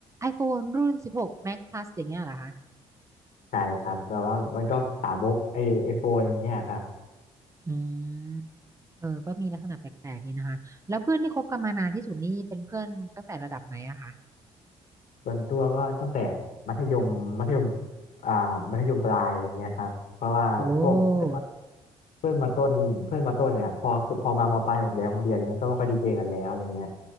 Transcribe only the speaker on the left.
ใช่ครับแบบว่ามันก็สาบกไอไอโฟนอย่างเงี้ยครับ
ส่วนตัวก็ตั้งแต่มัธยมมัธยมอ่ามัธยมปลายอะไรเงี้ยครับเพราะว่าพวกเพื่อน
เพื่อนมาต้นเพื่อนมาต้นเนี่ยพอคือพอมามปลายผมย้ายโรงเรียนอะไรเงี้ยก็ไม่ค่อยไดีเจอกันแล้วอะไรเงี้ย